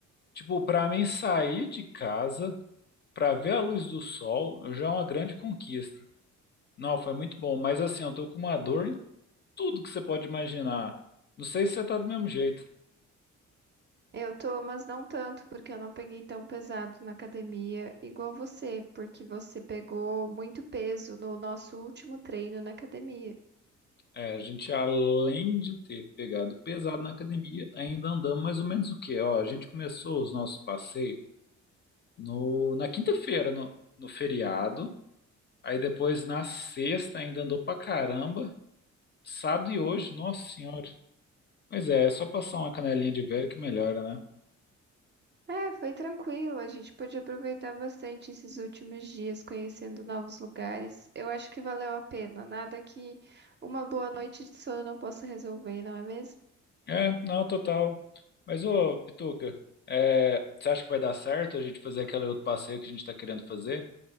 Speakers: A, on the left; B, on the right.
A: Tipo, pra mim sair de casa pra ver a luz do sol já é uma grande conquista. Não, foi muito bom, mas assim, eu tô com uma dor em tudo que você pode imaginar. Não sei se você tá do mesmo jeito.
B: Eu tô, mas não tanto, porque eu não peguei tão pesado na academia igual você, porque você pegou muito peso no nosso último treino na academia.
A: É, a gente, além de ter pegado pesado na academia, ainda andamos mais ou menos o quê? Ó, a gente começou os nossos passeios no, na quinta-feira, no, no feriado. Aí depois, na sexta, ainda andou pra caramba. Sábado e hoje, nossa senhora. Mas é, é só passar uma canelinha de velho que melhora, né?
B: É, foi tranquilo. A gente pôde aproveitar bastante esses últimos dias conhecendo novos lugares. Eu acho que valeu a pena. Nada que uma boa noite de sono não possa resolver, não é mesmo?
A: É, não, total. Mas, ô, Pituca, é, você acha que vai dar certo a gente fazer aquele outro passeio que a gente tá querendo fazer?